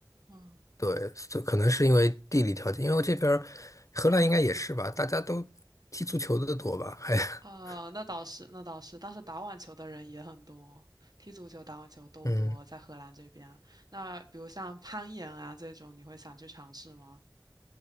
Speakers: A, on the right (about 60°); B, on the left (about 45°).
A: 嗯，
B: 对，所可能是因为地理条件，因为这边儿荷兰应该也是吧，大家都踢足球的多吧，还，<laughs>
A: 呃，那倒是，那倒是，但是打网球的人也很多，踢足球、打网球都多，
B: 嗯，
A: 在荷兰这边。那比如像攀岩啊这种，你会想去尝试吗？